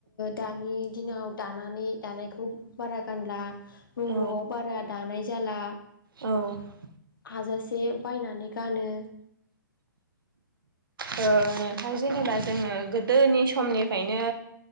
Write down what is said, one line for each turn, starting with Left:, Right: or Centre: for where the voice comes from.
Left: दानि दिनाव दानानै दानायखौ बारा गानला न'
Right: औ
Left: न'आव बारा दानाय जाला।
Right: औ ओ
Left: हाजासे बायनानै गानो।
Right: नोंथां जेनेबा जोङो गोदोनि समनिफायनो